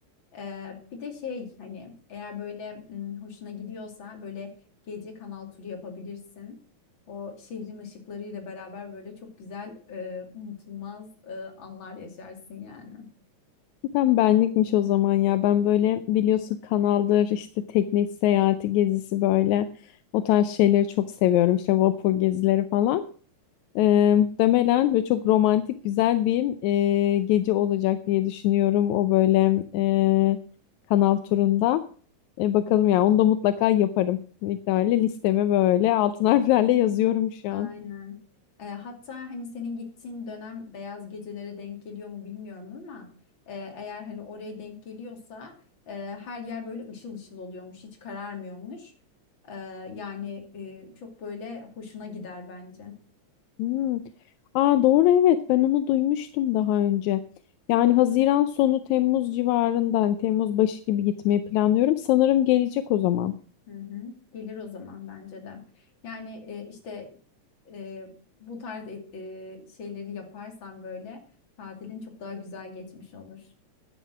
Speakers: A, on the left; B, on the left.
A: Ee, bir de şey hani eğer böyle m, hoşuna gidiyorsa böyle gece kanal turu yapabilirsin. O şehrin ışıklarıyla beraber böyle çok güzel e, unutulmaz e, anlar yaşarsın yani.
B: Tam benlikmiş o zaman ya. Ben böyle biliyorsun kanaldır işte tekne seyahati gezisi böyle o tarz şeyleri çok seviyorum. İşte vapur gezileri falan. Eee, muhtemelen ve çok romantik güzel bir eee, gece olacak diye düşünüyorum o böyle eee, kanal turunda. E, bakalım ya onu da mutlaka yaparım. İktidarıyla listeme böyle altın harflerle yazıyorum şu
A: Aynen.
B: an.
A: Ee, hatta hani senin gittiğin dönem beyaz gecelere denk geliyor mu bilmiyorum ama e, eğer hani oraya denk geliyorsa e, her yer böyle ışıl ışıl oluyormuş, hiç kararmıyormuş. Ee, yani e, çok böyle hoşuna gider bence.
B: Hmm. Aa, doğru evet ben onu duymuştum daha önce. Yani Haziran sonu Temmuz civarında hani Temmuz başı gibi gitmeyi planlıyorum. Sanırım gelecek o zaman.
A: Hı hı. Gelir o zaman bence de. Yani e, işte e, bu tarz e, e, şeyleri yaparsan böyle tatilin çok daha güzel geçmiş olur.